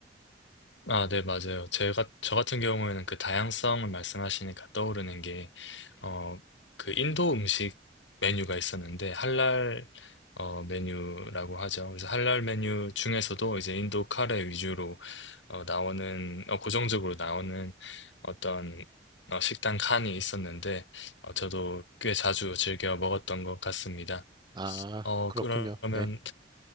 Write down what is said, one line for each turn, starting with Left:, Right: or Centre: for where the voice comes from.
Left: 아, 네, 맞아요. 제가, 저 같은 경우에는 그 다양성을 말씀하시니까 떠오르는 게, 어, 그 인도 음식 메뉴가 있었는데, 할랄, 어, 메뉴라고 하죠. 그래서 할랄 메뉴 중에서도 이제 인도 카레 위주로, 어, 나오는, 어, 고정적으로 나오는 어떤, 어, 식당 칸이 있었는데, 어, 저도 꽤 자주 즐겨 먹었던 것 같습니다.
Right: 아,
Left: 어,
Right: 그렇군요.
Left: 그러면
Right: 네.